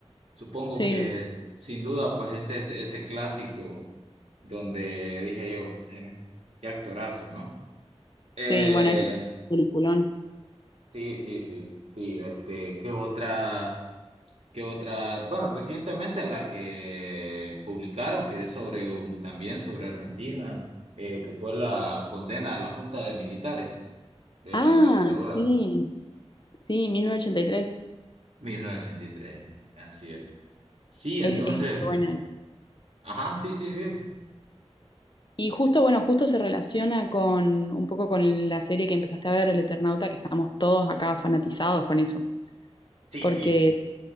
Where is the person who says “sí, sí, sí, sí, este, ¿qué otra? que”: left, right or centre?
Right